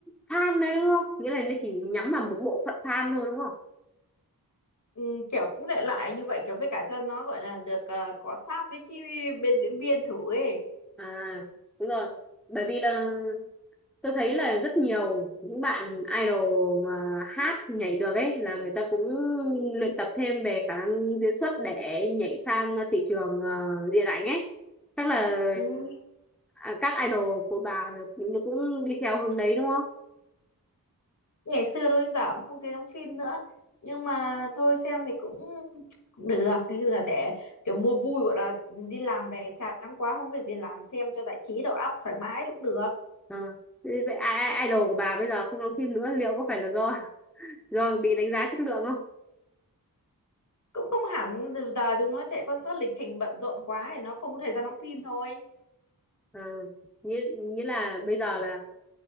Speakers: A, in the centre; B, on the left.
A: fan thôi đúng không nghĩa là nó chỉ nhắm vào một bộ phận fan thôi đúng không
B: Ừm, kiểu cũng để lại như vậy kiểu với cả cho nó gọi là được ờ, cọ sát với cái bên diễn viên thử ấy
A: À, đúng rồi. Bởi vì là tôi thấy là rất nhiều những bạn idol mà hát nhảy được ấy là người ta cũng luyện tập thêm về khả năng diễn xuất để nhảy sang thị trường ờ, điện ảnh ấy. Chắc là
B: Ừm,
A: à, các idol của bà cũng cũng đi theo hướng đấy đúng không?
B: ngày xưa thôi giờ cũng không thấy đóng phim nữa nhưng mà thôi xem thì cũng cũng được nói chung là để kiểu mua vui gọi là đi làm về chán quá không việc gì làm xem cho giải trí đầu óc thoải mái cũng được
A: Ờ. Thế Vậy ai- ai- idol của bà bây giờ không đóng phim nữa liệu có phải là do <laughs> do bị đánh giá chất lượng không?
B: cũng không hẳn giờ chúng nó chạy concert lịch trình bận rộn quá thì nó không có thời gian đóng phim thôi
A: Ờ. Nghĩa, nghĩa là bây giờ là